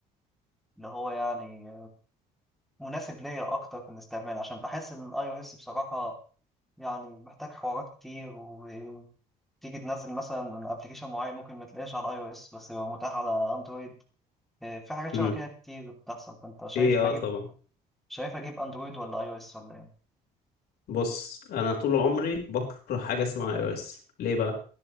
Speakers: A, in the centre; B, on the left.
A: اللي هو يعني مناسب ليا اكتر في الاستعمال عشان بحس ان الاي او اس بصراحة يعني محتاج حوارات كتير وتيجي تنزل مثلا ابلكيشن معين ممكن ما تلاقيش على الاي او اس بس يبقى متاح على اندرويد آه، في حاجات
B: مم.
A: شبه كده كتير بتحصل فانت شايف
B: ايه اه
A: اجيب
B: طبعا
A: شايف اجيب اندرويد ولا اي او اس ولا ايه
B: بص انا طول عمري بكره حاجة اسمها اي او اس ليه بقى